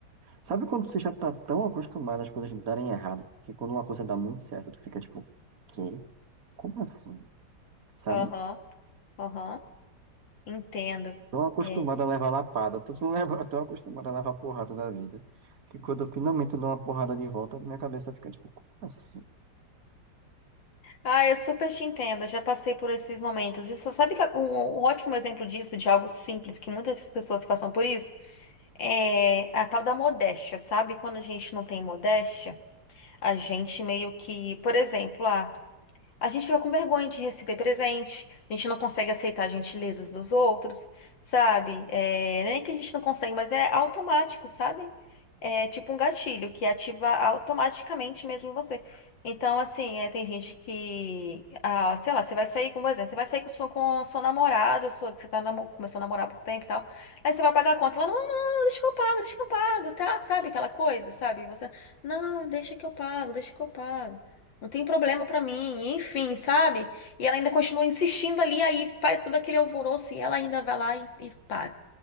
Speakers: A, on the right (about 50°); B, on the left (about 80°).
A: Sabe quando você já tá tão acostumado às coisas darem errado, que quando uma coisa dá muito certo, tu fica tipo, quê? Como assim? Sabe?
B: Aham, aham, entendo.
A: Tão acostumado
B: É.
A: a levar lapada, tô, tô <laughs> leva- tão acostumado a levar porrada da vida, que quando eu finalmente dou uma porrada de volta, minha cabeça fica tipo, como assim?
B: Ah, eu super te entendo, já passei por esses momentos. E você sabe que um, um ótimo exemplo disso, de algo simples, que muitas pessoas passam por isso, é a tal da modéstia, sabe? Quando a gente não tem modéstia. A gente meio que, por exemplo, ah, a gente fica com vergonha de receber presente, a gente não consegue aceitar gentilezas dos outros, sabe? É, nem que a gente não consegue, mas é automático, sabe? É tipo um gatilho que ativa automaticamente mesmo em você. Então, assim, é, tem gente que, ah, sei lá, você vai sair, com por exemplo, você vai sair com sua, com a sua namorada, sua, que você tá namo- começando a namorar há pouco tempo e tal, aí você vai pagar a conta, ela, não, não, não, deixa que eu pago, deixa que eu pago, tá? Sabe aquela coisa, sabe? Você, não, deixa que eu pago, deixa que eu pago não tem problema pra mim, enfim, sabe? E ela ainda continua insistindo ali, aí faz todo aquele alvoroço e ela ainda vai lá e, e paga.